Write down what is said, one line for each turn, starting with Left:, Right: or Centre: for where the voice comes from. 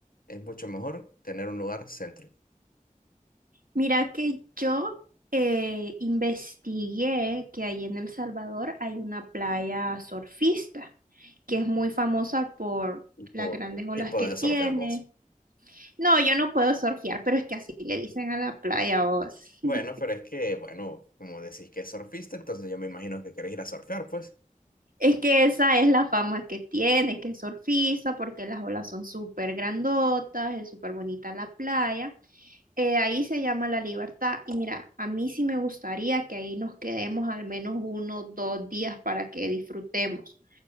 Left: es mucho mejor tener un lugar céntrico
Right: Mira que yo eh, investigué que allí en El Salvador hay una playa surfista que es muy famosa por
Left: y, po-
Right: las grandes olas
Left: y poder
Right: que tiene.
Left: surfear vos.
Right: No, yo no puedo surfear, pero es que así le dicen a la playa vos.
Left: Bueno,
Right: <laughs>
Left: pero es que, bueno, como decís que es surfista, entonces yo me imagino que querés ir a surfear, pues.
Right: Es que esa es la fama que tiene, que es surfista, porque las olas son súper grandotas, es súper bonita la playa. Eh, ahí se llama La Libertad y mira, a mí sí me gustaría que ahí nos quedemos al menos uno, dos días para que disfrutemos.